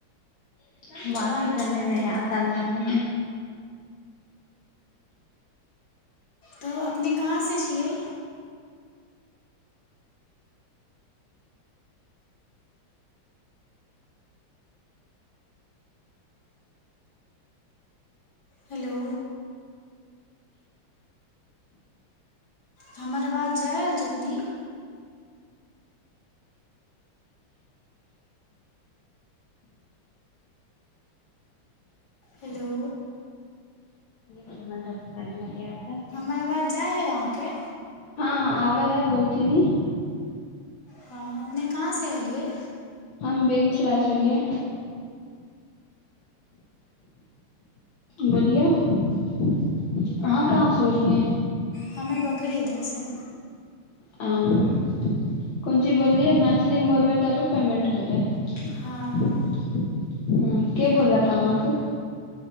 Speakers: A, on the left; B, on the left.
A: <inaudible>
B: ट्राइ
A: बाती करने
B: ट्राइ
A: नहि
B: तो कीजिए
A: आता मै त <inaudible>
B: तऽ अपने कहाँसँ छियै हेलो हमर आवाज जाय आयल छथिन हेलो
A: मत <inaudible>
B: मन बाद जाइ हइ अहाँके
A: हँ हँ आ है बोलती नी
B: हँ अपने कहाँसँ एलियै
A: हम बेगूसराय से होलियै बोलियौ अहाँ कहाँ से एलियै
B: हमे बखरी इधरसँ
A: ह कोन चीज बोललियै मैथिलीमे बोलबै तबे पेमेंट होतै
B: हँ
A: ह के बोललक अहाँके